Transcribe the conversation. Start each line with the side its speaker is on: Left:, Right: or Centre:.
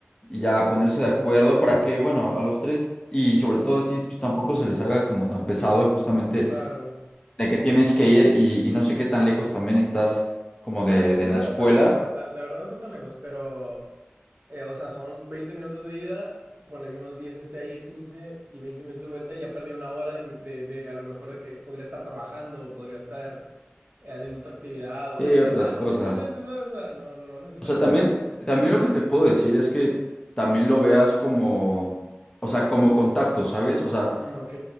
Left: y ya ponerse de acuerdo para que, bueno, a los tres, y sobre todo a ti, pues tampoco se les haga como tan pesado, y justamente
Right: claro.
Left: de que tienes que ir y, y no sé qué tan lejos también estás como
Right: No,
Left: de
Right: no
Left: de la
Right: está
Left: escuela.
Right: tan lejos, la, la verdad no está tan lejos, pero Eh, o sea, son 20 minutos de ida, ponle que unos 10 esté ahí, 15 y 20 minutos de vuelta y ya perdí una hora de, de- de a lo mejor de que podría estar trabajando o podría estar eh, haciendo otra actividad o
Left: Sí,
Right: descansando
Left: otras cosas.
Right: simplemente, ¿sabes? O sea, no, no necesariamente
Left: O sea, también,
Right: algo.
Left: también lo que te puedo decir es que también lo veas como, o sea, como contacto, ¿sabes? O sea,
Right: Mm, ok,